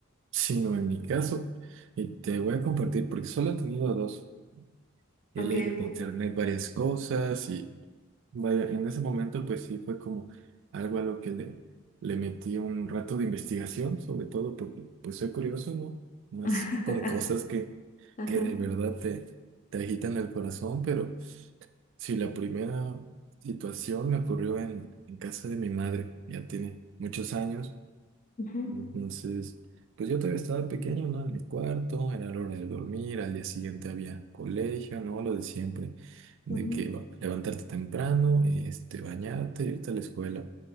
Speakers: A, on the right; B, on the left.
A: sino en mi caso, y te voy a compartir, porque solo he tenido dos. He
B: Ok,
A: leído
B: ok.
A: en internet varias cosas y vaya, en ese momento pues sí fue como algo a lo que le, le metí un rato de investigación, sobre todo porque pues soy curioso, ¿no? Más
B: <laughs>
A: con cosas que,
B: Ajá,
A: que de verdad te, te agitan el corazón, pero sí, la primera situación me ocurrió en, en casa de mi madre, ya tiene muchos años.
B: ujú,
A: Entonces, pues yo todavía estaba pequeño, ¿no? En mi cuarto, era la hora de dormir, al día siguiente había colegio, ¿no? Lo de siempre, de
B: ujú,
A: que va- levantarte temprano, este, bañarte, irte a la escuela,